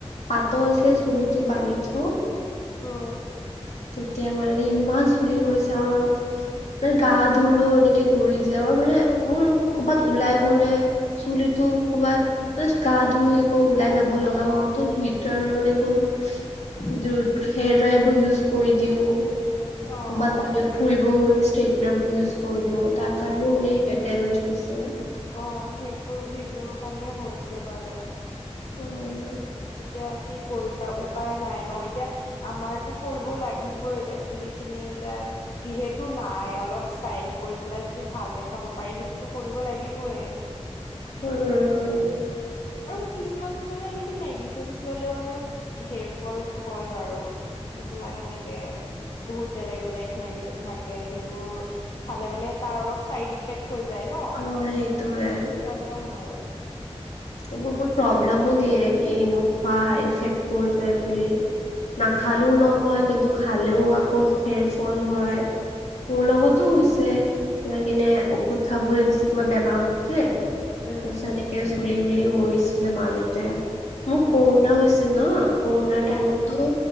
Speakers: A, on the left; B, on the left.
A: পাতলকে চুলিটো বান্ধি থওঁ।
B: অ',
A: তেতিয়া মানে ইমান চুলি স লৰিছে আৰু, মানে গা ধুলো এনেক কে সৰি যায় আৰু মানে মোৰ ক'ৰবাত ওলাই গ'লে চুলিটো ক'ৰবাত জাষ্ট গা ধুই আকৌ ওলাই যাব লগা হয় ত হিটাৰ মানে বোৰ <unintelligible> হেয়াৰ ড্ৰাইবোৰ ইউজ কৰি দিও।
B: অ
A: কৰবাত বাহিৰত ফুৰিব বুলি ষ্ট্ৰেটনাৰবোৰ ইউজ কৰিলো তাৰ কাৰণেও মানে ডেমেজ হৈছে।
B: অ', সেইবোৰ-সেইবোৰৰ কাৰণেও হৈছে বাৰু।
A: অ',
B: এতিয়া কি কৰিবা উপায় নাই ন এতিয়া আমাৰতো কৰিব লাগিবই এতিয়া চুলি খিনি এতিয়া। যিহেতু নাই অলপ ষ্টাইল কৰি পেলাই যদি ভাল দেখাব পাৰে সেইটোতো কৰিব লাগিবয়ে।
A: উম।
B: আৰু কিছুমানটো মানে এনেকে মেডিচিনচ ললেও মানে হেৰ ফল হয় বাৰু। কিছুমান এনেকে বহুত বেলেগ বেলেগ মেডিচিন থাকে সেইবোৰ খালে মানে তাৰ অলপ চাইড ইফেক্ট- থৈ যায় ন সেইটো
A: অ সেইটোয়ে
B: কাৰণেও হয়।
A: এইবোৰ বহুত প্ৰব্লেমো দিয়ে এইবোৰ খোৱাফেক্ট পৰি যায় বুলি। নাখালেও
B: উম
A: নহয় কিন্তু খালেও আকৌ হেৰফল হয়। মোৰ লগতো
B: উম
A: হৈছে এনেকেনে ঔষধ খাবলৈ দিছে কিবা বেমাৰ হওতে
B: উম
A: <unintelligible> এনেকে চুলি সৰিছিলে মাজতে, মোৰ
B: অ
A: কৰুণা হৈছিল ন কৰোণাৰ
B: অ
A: টাইমতো